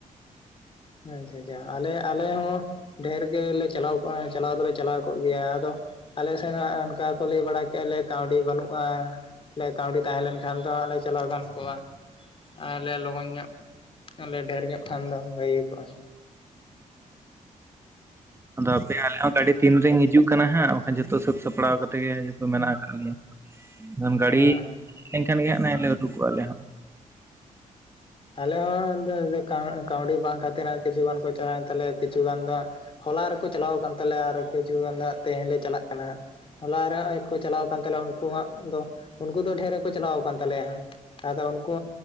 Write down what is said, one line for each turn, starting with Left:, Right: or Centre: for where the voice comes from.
Left: ᱟ ᱡᱷᱟᱡᱟ ᱟᱞᱮ, ᱟᱞᱮ ᱦᱚᱸ ᱰᱷᱮᱨ ᱜᱮ ᱞᱮ ᱪᱟᱞᱟᱣ ᱠᱚᱜᱼᱟ, ᱪᱟᱞᱟᱣ ᱫᱚᱞᱮ ᱪᱟᱞᱟᱣ ᱠᱚᱜ ᱜᱮᱭᱟ ᱟᱫᱚ, ᱟᱞᱮ ᱥᱮᱱ ᱢᱟ ᱚᱱᱠᱟ ᱠᱚ ᱞᱟᱹᱭ ᱵᱟᱲᱟ ᱠᱮᱼᱟ, ᱞᱮ ᱠᱟᱣᱰᱤ ᱵᱟᱱᱩᱜᱼᱟᱸ᱾ ᱞᱮ ᱠᱟᱶᱰᱤ ᱛᱟᱦᱮᱸ ᱞᱮᱱᱠᱷᱟᱱ ᱫᱚ, ᱦᱟᱸᱜ ᱞᱮ ᱪᱟᱞᱟᱣ ᱜᱟᱱ ᱠᱚᱜᱼᱟ᱾ ᱟᱨ ᱞᱮ ᱞᱚᱜᱚᱱ ᱧᱚᱜ ᱞᱮ ᱰᱷᱮᱨ ᱧᱚᱜ ᱠᱷᱟᱱ ᱫᱚ ᱵᱷᱟᱹᱜᱤ ᱠᱚᱜᱼᱟ᱾
Right: ᱦᱮᱸ ᱟᱫᱚ ᱦᱟᱯᱮ ᱟᱞᱮ ᱦᱚᱸ ᱜᱟᱲᱤ ᱛᱤᱱ ᱨᱤᱧ ᱦᱤᱡᱩᱜ ᱠᱟᱱᱟ ᱦᱟᱸᱜ ᱵᱟᱠᱷᱟᱱ ᱡᱷᱚᱛᱚ ᱥᱟᱹᱛ ᱥᱟᱯᱲᱟᱣ ᱠᱟᱛᱮ ᱜᱮ ᱡᱚᱛᱚ ᱢᱮᱱᱟᱜ ᱠᱟᱫ ᱞᱮᱭᱟ᱾ ᱦᱩᱸ
Left: ᱦᱮᱸ
Right: ᱜᱟᱹᱲᱤ ᱦᱮᱜ ᱞᱮᱱ ᱠᱷᱟᱱ ᱜᱮ ᱦᱟᱸᱜ ᱞᱮ ᱩᱰᱩᱠᱚᱜᱼᱟ ᱟᱞᱮ ᱦᱚᱸ᱾
Left: ᱟᱞᱮ ᱦᱚᱸ ᱠᱟᱹᱣᱰᱤ ᱵᱟᱝ ᱠᱷᱟᱹᱛᱤᱨ ᱟᱨ ᱠᱤᱪᱷᱩᱟᱱ ᱪᱟᱞᱟᱣᱮᱱ ᱛᱟᱞᱮᱭᱟ ᱠᱤᱪᱷ ᱜᱟᱱ ᱫᱚ ᱦᱚᱞᱟ ᱨᱮᱠᱚ ᱪᱟᱞᱟᱣ ᱠᱟᱱ ᱛᱟᱞᱮᱭᱟ ᱟᱨᱚ ᱠᱤᱪᱷᱩ ᱜᱟᱱ ᱫᱚ ᱦᱟᱸᱜ ᱛᱮᱦᱮᱧ ᱞᱮ ᱪᱟᱞᱟᱜ ᱠᱟᱱᱟ᱾ ᱦᱚᱞᱟ ᱨᱮ ᱦᱚᱸ ᱠᱚ ᱪᱟᱞᱟᱣ ᱠᱟᱱ ᱛᱟᱞᱮᱭᱟ ᱩᱱᱠᱩᱣᱟᱜ ᱫᱚ ᱩᱱᱠᱩ ᱫᱚ ᱰᱷᱮᱨ ᱜᱮᱠᱚ ᱪᱟᱞᱟᱣ ᱠᱟᱱ ᱛᱟᱞᱮᱭᱟ ᱦᱮᱸ᱾ ᱟᱫᱚ ᱩᱱᱠᱩ